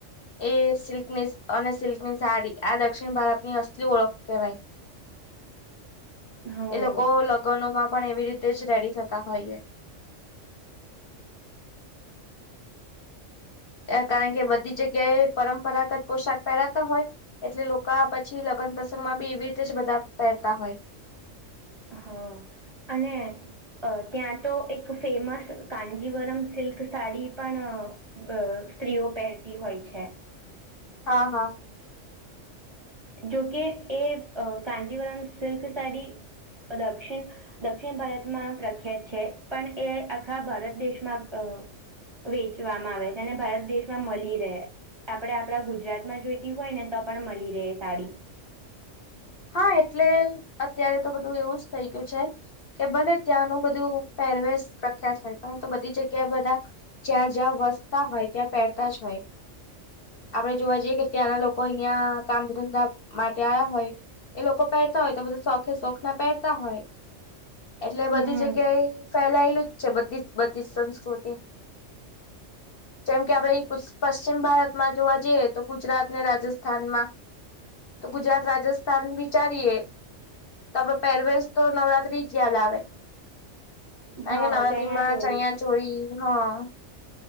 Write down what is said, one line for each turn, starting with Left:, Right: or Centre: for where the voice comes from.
Left: એ સિલ્કની અને સિલ્ક ની સાડી આ દક્ષિણ ભારત ની અસલી ઓળખ કહેવાય.
Right: હમ
Left: એ લોકો લગ્નોમાં પણ એવી રીતે જ રેડી થતા હોઈએ. એ કારણ કે બધી જગ્યા એ પરંપરાગત પોશાક પહેરાતા હોય. એટલે લોકા પછી લગ્ન પ્રસંગ માં બી એવી રીતે જ બધા પહેરતા હોય.
Right: હા. અને અહ ત્યાં તો એક ફેમસ કાનજીવરમ સિલ્ક સાડી પણ અહ સ્ત્રીઓ પહેરતી હોય છે.
Left: હા, હા.
Right: જોકે એ કાજીવરામ અહ સિલ્ક સાડી દક્ષિણ દક્ષિણ ભારતમાં પ્રખ્યાત છે, પણ એ આખા ભારત દેશમાં અહ વેચવામાં આવે છે, અને ભારત દેશમાં મલી રહે. આપણે આપણા ગુજરાતમાં જોઈતી હોય ને તો પણ મલી રહે એ સાડી.
Left: હા, એટલે અત્યારે તો બધું એવું જ થઇ ગયું છે. કે ભલે ત્યાંનું બધું પહેરવેશ પ્રખ્યાત હોય પરંતું બધી જગ્યાએ બધા જ્યાં-જ્યાં વસતા હોય ત્યાં પહેરતા જ હોય. આપડે જોવા જઈએ કે ત્યાંના લોકો અહિયાં કામ ધંધા માટે આયા હોય ઈ લોકો પહેરતા હોય તો બધું શોખે શોખ ના પહેરતા હોય, એટલે બધી
Right: હમ
Left: જગ્યાએ ફેલાયેલું જ છે બધી જ બધી જ સંસ્કૃતિ. જેમ કે આપણે ઈ પુસ પશ્ચિમ ભારતમાં જોવા જઈએ તો ગુજરાત ને રાજસ્થાનમાં તો ગુજરાત રાજસ્થ થાન વિચારીએ તો આપડે પહેરવેેશ તો નવરાત્રી જ યાદ આવે. કારણ
Right: હા
Left: કે નવરાત્રી માં
Right: ચોરી
Left: ચણિયા ચોળી, હા.